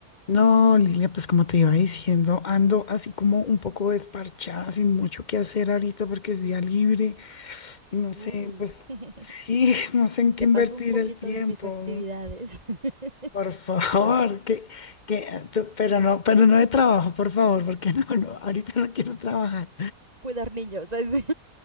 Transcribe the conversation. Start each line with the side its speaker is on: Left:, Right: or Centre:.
Left: No, Lilia, pues como te iba diciendo, ando así como un poco desparchada, sin mucho que hacer ahorita porque es día libre y no sé,
Right: Uy,
Left: pues
Right: <laughs>
Left: sí, <laughs> no sé en qué
Right: te
Left: invertir
Right: paso un poquito
Left: el tiempo.
Right: de mis actividades. <laughs>
Left: Por favor, <laughs> que, que, ah, tú- pero no, pero no de trabajo, por favor, porque <laughs> no, no, ahorita no quiero trabajar.
Right: Cuidar niños, así.